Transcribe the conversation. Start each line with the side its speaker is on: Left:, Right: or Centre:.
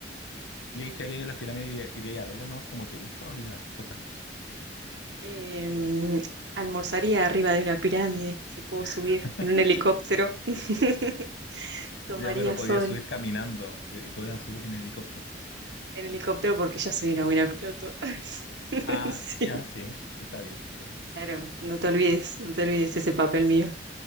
Left: ¿Y ahí que harías en las pirámides? ¿Iría- ¿Irías a verlas nomás como turista o harías otras cosas?
Right: Em, almorzaría arriba de una pirámide, si puedo subir
Left: <laughs>
Right: en un helicóptero. <laughs> Tomaría
Left: Ya, pero podías
Right: sol.
Left: subir caminando eh, y tú ibas a subir en helicóptero.
Right: En helicóptero porque ya soy una buena piloto. <laughs>
Left: Ah,
Right: Sí.
Left: ya, sí, está bien, sí.
Right: Claro, no
Left: sí,
Right: te olvides, no te olvides ese papel mío,